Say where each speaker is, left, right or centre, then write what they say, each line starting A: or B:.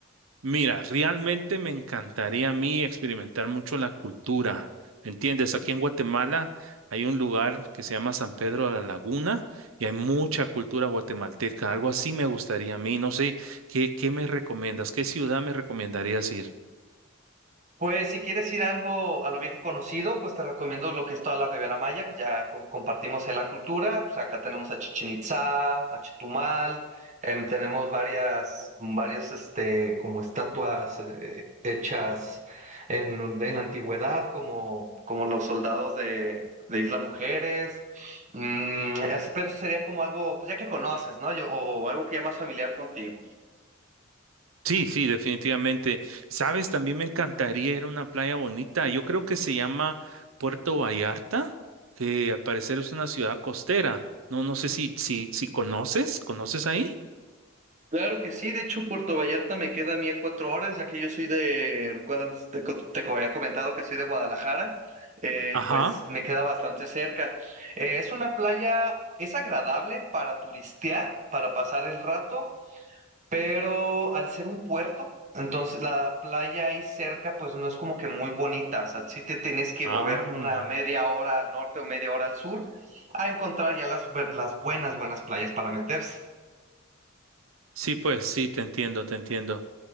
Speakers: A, on the right; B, on the right.
A: Mira, realmente me encantaría a mí experimentar mucho la cultura, ¿me entiendes? Aquí en Guatemala hay un lugar que se llama San Pedro de la Laguna y hay mucha cultura guatemalteca, algo así me gustaría a mí, no sé, ¿qué, qué me recomiendas? ¿Qué ciudad me recomendarías ir?
B: Pues si quieres ir algo a lo viejo conocido, pues te recomiendo lo que es toda la Ribera Maya, pues ya com- compartimos ahí la cultura, pues acá tenemos a Chichén Itzá, a Chetumal, em, tenemos varias, varias este, como estatuas eh, hechas en, en la antigüedad, como, como los soldados de, de Isla Mujeres, Mm, es- pero sería como algo, pues ya que conoces, ¿no? Yo, o algo que ya más familiar contigo.
A: Sí, sí, definitivamente. ¿Sabes? También me encantaría ir a una playa bonita, yo creo que se llama Puerto Vallarta, que al parecer es una ciudad costera, no, no sé si, si, si conoces, ¿conoces ahí?
B: Claro que sí, de hecho Puerto Vallarta me queda a mí a cuatro horas, ya que yo soy de, recuerdas, te, co- te co- había comentado que soy de Guadalajara, eh,
A: Ajá.
B: pues me queda bastante cerca. Eh, es una playa, es agradable para turistear, para pasar el rato, pero al ser un puerto, entonces la playa ahí cerca pues no es como que muy bonita, o sea, sí te tienes que
A: Ah,
B: mover una media hora al norte o media hora al sur a encontrar ya las, las buenas, buenas playas para meterse.
A: sí, pues sí, te entiendo, te entiendo.